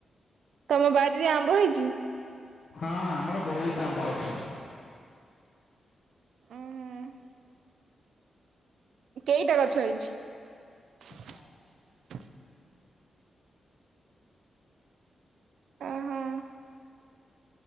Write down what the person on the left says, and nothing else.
ହଁ ଆମର ବହୁତ ଆମ୍ବ ଗଛ।
ହଁ